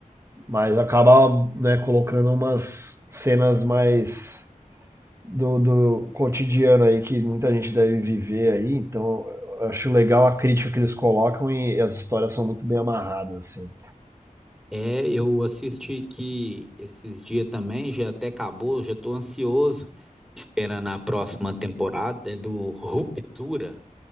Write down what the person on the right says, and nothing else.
mas acaba, né, colocando umas cenas mais do, do cotidiano aí que muita gente deve viver aí, então eu acho legal a crítica que eles colocam e as histórias são muito bem amarradas, assim.